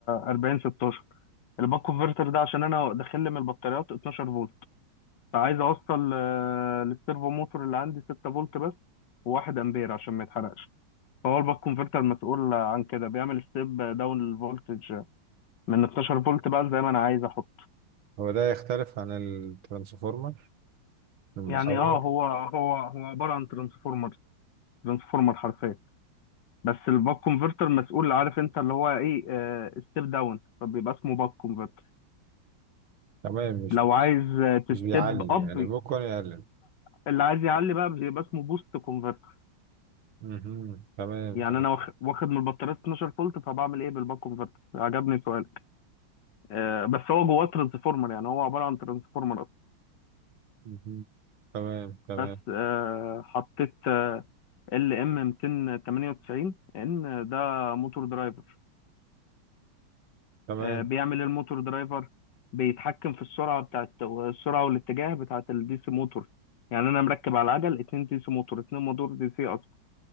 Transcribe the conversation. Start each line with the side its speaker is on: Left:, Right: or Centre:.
Left: 4016 الباك كونفرتر ده عشان انا داخل لي من البطاريات 12 فولت فعايز اوصل آه، للسيرفو موتور اللي عندي 6 فولت بس و1 امبير عشان ما يتحرقش فهو الباك كونفرتر مسؤول عن كده بيعمل ستيب داون الفولتج من 12 فولت بقى زي ما انا عايز احط
Right: هو ده يختلف عن الترانسفورمر المحول
Left: يعني اه هو هو هو عباره عن ترانسفورمر ترانسفورمر حرفيا بس الباك كونفرتر مسؤول عارف انت اللي هو ايه ستيب داون فبيبقى اسمه باك كونفرتر
Right: تمام مش
Left: لو عايز تستيب
Right: مش بيعلي
Left: اب
Right: يعني ممكن يقلل
Left: اللي عايز يعلي بقى بيبقى اسمه بوست كونفرتر
Right: مهم. تمام
Left: يعني
Right: تمام
Left: انا واخ- واخد من البطاريه 12 فولت فبعمل ايه بالباك كونفرتر عجبني سؤالك آه، بس هو جواه ترانسفورمر يعني هو عباره عن ترانسفورمر
Right: مهم. تمام تمام
Left: بس آه، حطيت آه، ال ام 298 ان ده موتور درايفر
Right: تمام
Left: آه، بيعمل إيه الموتور درايفر بيتحكم في السرعه بتاعت السرعه والاتجاه بتاعت الدي سي موتور يعني انا مركب على العجل اتنين دي سي موتور اتنين موتور دي سي اصلا